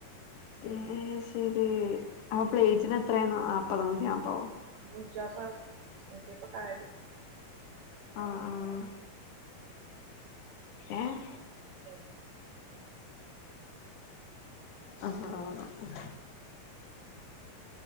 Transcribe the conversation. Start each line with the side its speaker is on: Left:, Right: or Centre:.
Left: എഹെ ശെരി അപ്പൊ പ്ലേയ്റ്റിന് എത്രേ ന്നാപ്പതോ, ന്നൂറ്റിന്നാപ്പോ തോ
Right: അപോന്നൂറ്റിന്നാപ്പ് ന്നൂറ്റിമുപ്പത് ഒക്കാണ്കെരുതി.
Left: ആഹ് ആഹ് ഏഹ്
Right: <unintelligible>
Left: ആഹാ, അഹ്